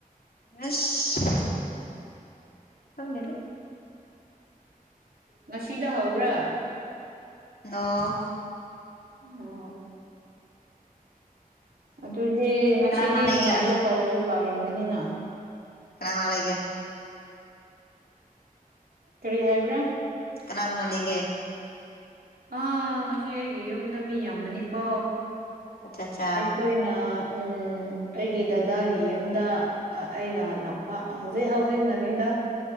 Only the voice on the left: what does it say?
ꯑꯁ ꯈꯪꯗꯦꯗꯥ꯫
ꯅꯣ
ꯀꯅꯥ ꯀꯅꯥ
ꯂꯩꯒꯦ
ꯀꯅꯥ ꯀꯅꯥ ꯂꯩꯒꯦ꯫
ꯀꯅꯥ ꯀꯅꯥ ꯂꯩꯒꯦ꯫
ꯑꯆꯥ ꯆꯥ